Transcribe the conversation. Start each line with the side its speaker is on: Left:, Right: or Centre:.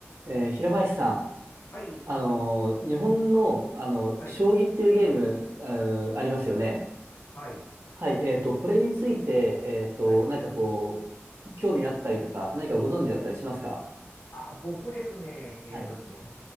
Right: えー平林さん、
Left: はい、
Right: あのー日本の、あの将棋っていうゲーム、
Left: はい、
Right: あー、ありますよね。
Left: はい、
Right: はい、えっと、これについて、えっと、
Left: はい。
Right: 何かこう、興味あったりとか、何かご存知だったりしますか
Left: あ、僕ですね、えーっとですね、
Right: はい、